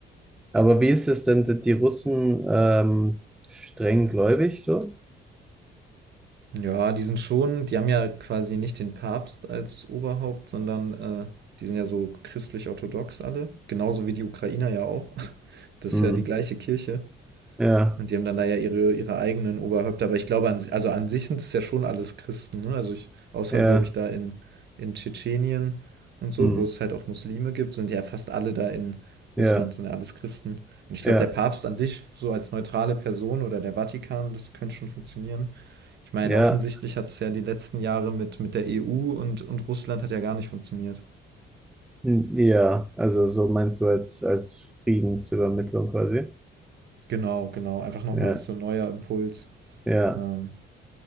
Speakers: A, in the centre; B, on the right (about 60°).
A: Aber wie ist es denn? Sind die Russen, ähm, streng gläubig so?
B: Ja, die sind schon, die haben ja quasi nicht den Papst als Oberhaupt, sondern äh, die sind ja so christlich-orthodox alle. Genauso wie die Ukrainer ja auch. <laughs> Das
A: Hm.
B: ist ja die gleiche Kirche.
A: Ja,
B: Und die haben dann da ja ihre, ihre eigenen Oberhäupter. Aber ich glaube, an, si, also an sich sind es ja schon alles Christen. Ne? Also ich, außer,
A: ja,
B: glaube ich, da in, in Tschetschenien und so,
A: hm.
B: wo es halt auch Muslime gibt, sind ja fast alle da in
A: Ja.
B: Russland, sind ja alles Christen. Und ich glaube,
A: Ja,
B: der Papst an sich, so als neutrale Person oder der Vatikan, das könnte schon funktionieren. Ich meine,
A: ja,
B: offensichtlich hat es ja die letzten Jahre mit, mit der EU und, und Russland hat ja gar nicht funktioniert.
A: n- ja, also so meinst du als, als Friedensübermittlung quasi.
B: Genau, genau. Einfach nochmal
A: Ja,
B: als so ein neuer Impuls.
A: ja.
B: Ähm,